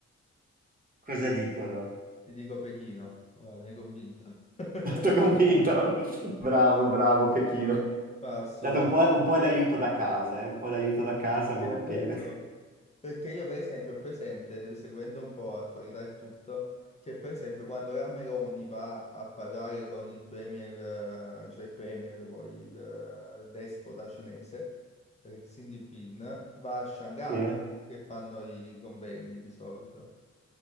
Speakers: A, on the right (about 30°); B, on the left (about 25°).
A: cosa dicono?
B: Ti dico Pechino, vai, mi hai convinto. <laughs>
A: <laughs> Tutto convinto. <laughs> Bravo, bravo, Pechino.
B: Ma ho sudato.
A: Date un po', un po'
B: Eh,
A: di aiuto da casa, eh? Un po' di aiuto da casa,
B: sì,
A: ma
B: È
A: va
B: vero.
A: bene.
B: Perché io, per esempio, ho presente, seguendo un po' l'attualità e tutto, che per esempio quando la Meloni va a parlare con il premier, eh, cioè il premier, poi il eh, despota cinese, eh, Xi Jinping, va a Shanghai,
A: Sì, eh.
B: che fanno i convegni di solito.